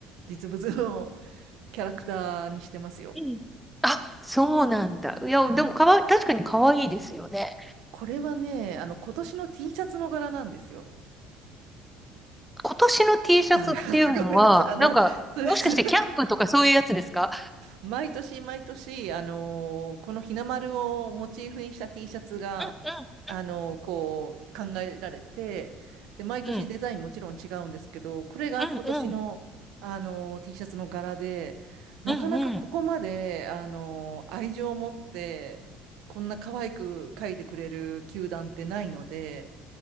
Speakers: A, on the right; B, in the centre.
A: 実物の <laughs> キャラクターにしてますよ。
B: うんあそうなんだいやでもかわ確かに可愛いですよね
A: はい。これはね、あの、今年の T シャツの柄なんですよ。
B: 今年の T シャツっていうのはなんかもしかしてキャンプとかそういうやつですか
A: あ、<laughs> ごめんなさい。あの、そうです。毎年毎年、あのーこの日の丸をモチーフにした T シャツが、
B: うん
A: あのーこう考えられて、で、毎年デザインもちろん違うんですけど、
B: うんうん
A: これが今年の、
B: うん
A: あのー T シャツの柄で、なかなかここまで、
B: うんうんうん
A: あのー愛情を持って、こんな可愛く描いてくれる球団ってないので、